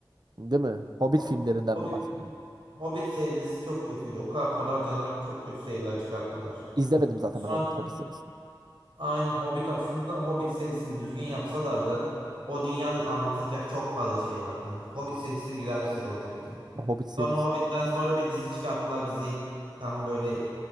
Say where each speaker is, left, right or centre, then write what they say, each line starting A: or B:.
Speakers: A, on the right; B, on the right.
A: Değil mi? Hobbit
B: Ho-
A: filmlerinden
B: Hobbit
A: mi bahsediyorum?
B: Hobbit serisi çok kötüydü. O kadar para harcanarak çok kötü seriler çıkarttılar.
A: İzlemedim zaten
B: Sonra
A: ben Hobbit, Hobbit serisini.
B: aynı Hobbit aslında Hobbit serisini düzgün yapsalardı o dünyada anlatılacak çok fazla şey var kanka. Hobbit serisi de güzel bir seri olacaktı.
A: Hobbit serisi.
B: Sonra Hobbit'ten sonra bir dizi çıkarttılar. Diziyi tam böyle